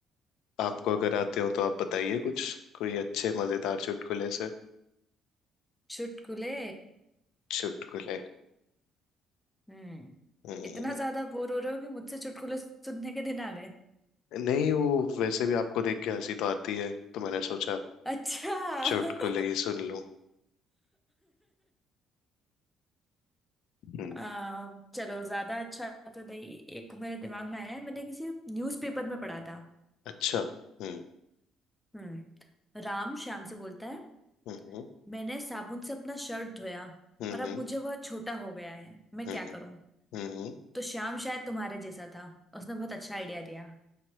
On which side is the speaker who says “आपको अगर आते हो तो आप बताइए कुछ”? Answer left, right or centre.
Left